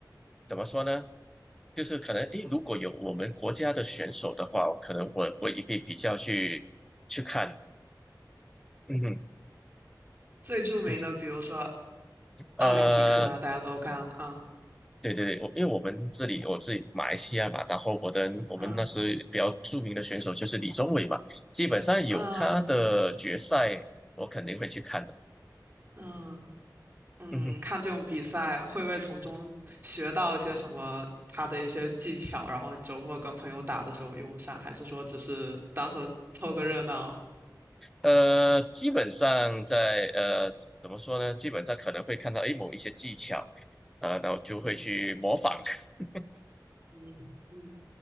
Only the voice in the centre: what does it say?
怎么说呢？就是可能诶，如果有我们国家的选手的话，可能我我也会比较去去看，嗯哼，
就是
呃，
对对对，我因为我们这里我自己马来西亚嘛，然后我的我们那时比较著名的选手就是李宗伟嘛，
基本上有他的决赛，
我肯定会去看的，
嗯哼。
呃，基本上在呃怎么说呢？基本上可能会看到诶某一些技巧，啊、然后就会去模仿。
<laughs>